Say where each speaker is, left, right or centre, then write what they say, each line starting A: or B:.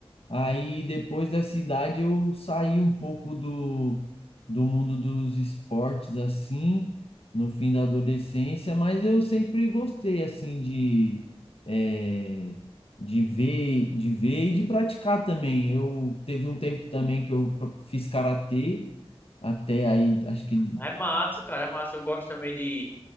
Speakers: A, on the left (about 65°); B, on the left (about 20°).
A: Aí depois dessa idade eu saí um pouco do, do mundo dos esportes assim, no fim da adolescência, mas eu sempre gostei assim de, eh, de ver, de ver e de praticar também. Eu teve um tempo também que eu pra- fiz karatê, até aí acho que
B: É massa, cara, é massa. Eu gosto também de.